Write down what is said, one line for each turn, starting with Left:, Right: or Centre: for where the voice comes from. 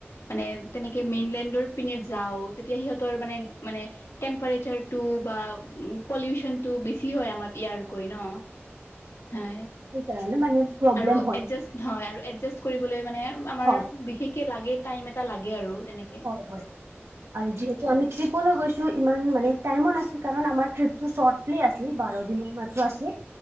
Left: মানে তেনেকে মেইনলেণ্ডৰ পিনে যাওঁ তেতিয়া সিহঁতৰ মানে মানে টেম্পাৰেচাৰ টো বা উ পলিউচন তো বেছি হয় আমাৰ ইয়াৰকৈ ন হ
Right: ঠিক কে নে মানে প্ৰব্লেম
Left: আৰু
Right: হয়
Left: এজা হয় আৰু এা কৰিবলৈ মানে আমাৰ
Right: হয়
Left: বিশেষকে লাগে টাইম এটা লাগে আৰু যেনেকে
Right: হয় হয় আৰু যি ত' আমি ট্ৰিপলৈ গৈছো ইমান মানে টাইমো নাছিল কাৰণ আমাৰ ট্ৰিপতটো চৰ্টলি আছিল বাৰ দিন মাত্ৰ আছে